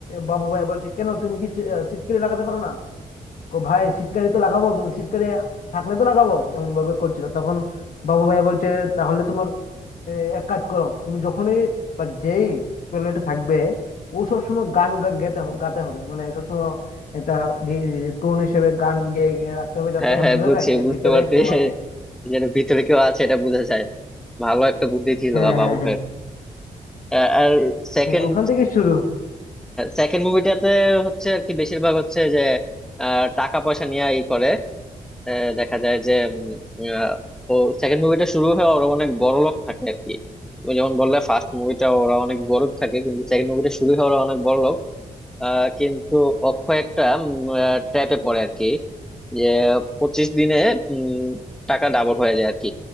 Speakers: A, on the left; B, in the centre.
A: বাবু ভাই বলছে কেন তুমি কি সিটকারি লাগাতে পারো না কো ভাই সিটকারি তো লাগাবো কিন্তু সিটকারি থাকলে তো লাগাবো এমন ভাবে করছিল তখন বাবু ভাই বলছে তাহলে তোমার আহ, এক কাজ করো তুমি যখনই বা যেই টয়লেটে থাকবে ও সবসময় গান গা- গেতে হ- গাতে হবে মানে সবসময় একটা টোন হিসেবে গান গেয়ে গেয়ে রাখতে হবে যাতে
B: হ্যাঁ হ্যাঁ
A: বোঝা
B: বুঝছি
A: যায় যে
B: বুঝতে
A: ভিতরে
B: পারছি
A: কেউ আছে
B: যেটা ভিতরে কেউ আছে এটা বোঝা যায় ভালো একটা বুদ্ধি ছিল
A: হ্যাঁ
B: আ- বাবু
A: হ্যাঁ হ্যাঁ
B: ভাইয়ের আহ, আর সেকেন্ড
A: হ্যাঁ ওখান থেকে শুরু
B: সেকেন্ড মুভিটাতে হচ্ছে আর কি বেশিরভাগ হচ্ছে যে আহ, টাকা পয়সা নিয়ে ই করে আহ, দেখা যায় যে উম, আহ, ও সেকেন্ড মুভিটা শুরু হয়ে ওরা অনেক বড় লোক থাকে আর কি তুমি যেমন বললে ফার্স্ট মুভিটা ওরা অনেক গরিব থাকে কিন্তু সেকেন্ড মুভিটা শুরু হয়ে ওরা অনেক বড় লোক আহ, কিন্তু অক্ষয় একটা ট্র্যাপে পড়ে আর কি যে পঁচিশ দিনে উম, টাকা ডাবল হয়ে যায় আর কি